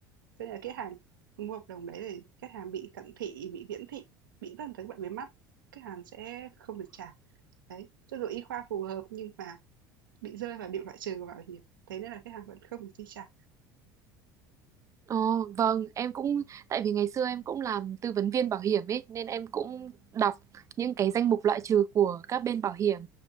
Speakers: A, on the right; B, on the right.
A: Cho nên là khách hàng mua hợp đồng đấy thì khách hàng bị cận thị, bị viễn thị, bị tất cả các bệnh về mắt, khách hàng sẽ không được trả. Đấy, cho dù y khoa phù hợp nhưng mà bị rơi vào điểm loại trừ của bảo hiểm, thế nên là khách hàng vẫn không được chi trả.
B: Ồ, vâng, em cũng tại vì ngày xưa em cũng làm tư vấn viên bảo hiểm ấy nên em cũng đọc những cái danh mục loại trừ của các bên bảo hiểm